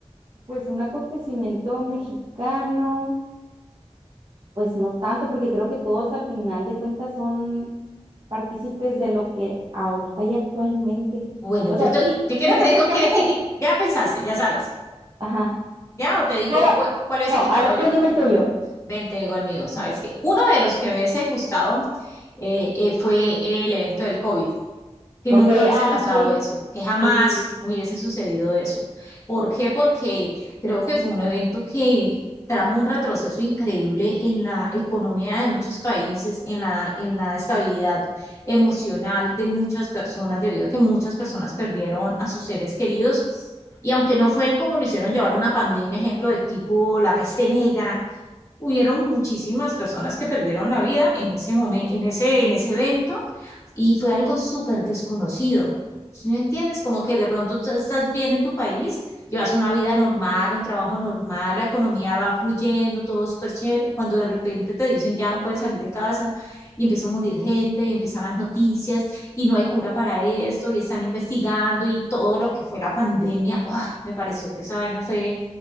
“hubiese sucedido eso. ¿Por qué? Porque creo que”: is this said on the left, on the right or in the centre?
Left